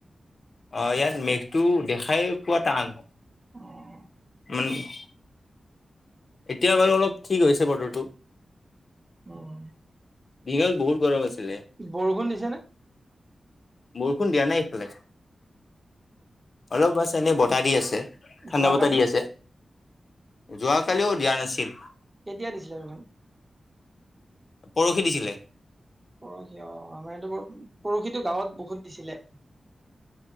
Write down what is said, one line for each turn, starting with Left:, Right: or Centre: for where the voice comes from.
Left: অ', ইয়াত মেঘটো দেখাই পোৱা টান
Right: অ'।
Left: <unintelligible> এতিয়া বাৰু অলপ ঠিক হৈছে বতৰটো।
Right: অহ।
Left: দিনত বহুত গৰম আছিলে।
Right: বৰষুণ দিছে নে?
Left: বৰষুণ দিয়া নাই এইফালে। অলপ আছে এনেই বতাহ দি আছে, ঠাণ্ডা
Right: যোৱাকালি
Left: বতাহ দি আছে। যোৱাকালিও দিয়া নাছিল।
Right: কেতিয়া দিছিলে বৰষুণ?
Left: পৰশি দিছিলে।
Right: পৰশি অহ, আমাৰ ইয়াটো বৰষুণ পৰশিতো গাঁৱত বহুত দিছিলে।